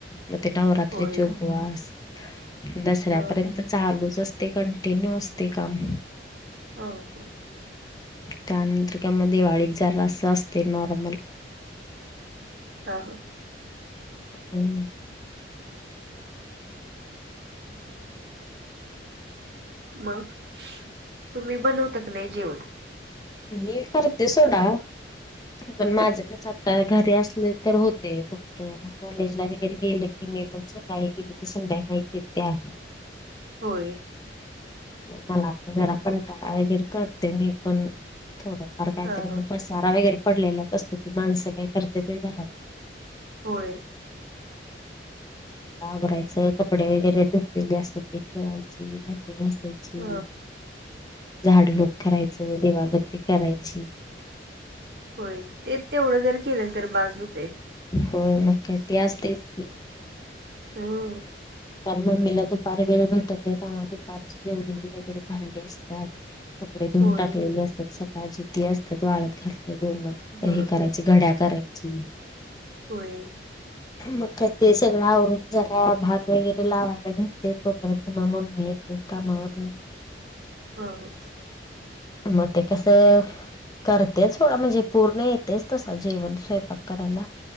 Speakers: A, on the left (about 20°); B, on the right (about 60°).
A: म ते नवरात्री
B: होय
A: चे उप वास. दसऱ्यापर्यंत
B: ह
A: चालूच असतय कंटिन्यू असतय काम.
B: हां हां.
A: त्यानंतर त्यामध्ये दिवाळीत जरा असंतय नॉर्मल.
B: हां हां.
A: हम्म.
B: मग तुम्ही बनवता का नाही जेवण.
A: मी करते सोडा पण
B: ह
A: माझं कस. घरी असले तर होते फक्त. कॉलेज ला वगैरे गेलं की मी पण सकाळी गेली की संध्याकाळीच येत्या.
B: होय.
A: मला पण जरा कंटाळा वगैरे करते मी पण थोडंफार काहीतरी.
B: हा हा
A: पसारा वगैरे पडलेलाच असतो की माणसं काय करत्यात होय घरात.
B: होय.
A: आवरायचं. कपडे वगैरे धुतलेले असतेत ती ठेवायची. भांडी घासायची.
B: ह
A: ची. झाडलोट करायचं. देवाबती करायची.
B: होय. ते तेवढं जर केलं तर, बास होतंय.
A: हो मग काय. ते असतयच की.
B: हं.
A: कारण, मम्मीला दुपारी वेळ भेटत नाही. त्यामुळे, दुपारची जेवलेली वगैरे भांडी असतात. कपडे धुन
B: होय
A: टाकलेले असतात, सकाळची. ती असतात वाळत घातलेली उनात.
B: ह
A: ते हे करायचे, घड्या करायची.
B: होय.
A: मग काय ते सगळं आवरून जरा, भात वगैरे लावायला घेते तो तो <unintelligible> मम्मी येते, कामावरून.
B: ह, ह.
A: म ते कसं? करतेच थोडा, म्हणजे पूर्ण येतेच तस, जेवण - स्वयंपाक करायला.